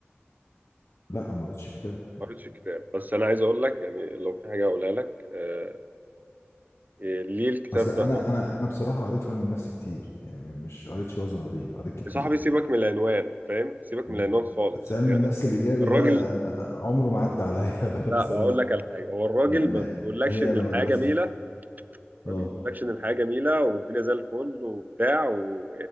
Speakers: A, on the left (about 80°); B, on the right (about 40°).
A: لا ما قريتش كتاب
B: ما قريتش الكتاب بس انا عايز اقول لك يعني لو في حاجة اقولها لك آه، آه، ليه الكتاب
A: أصل أنا
B: ده
A: أنا أنا بصراحة قريت في علم النفس كتير يعني مش قريت شوية صغيرين قريت كتير
B: يا صاحبي سيبك من العنوان فاهم سيبك
A: تمام.
B: من العنوان خالص
A: بس علم
B: يعني
A: النفس الإيجابي
B: الراجل
A: ده أنا <laughs> عمره ما عدى عليا <laughs>
B: لا
A: بصراحة
B: اقول لك على حاجه هو الراجل
A: يعني
B: ما بيقولكش
A: هي
B: ان
A: لا
B: الحياه
A: مدرسة
B: جميله الراجل
A: أه
B: ما بيقولكش ان الحياه جميله والدنيا زي الفل وبتاع و...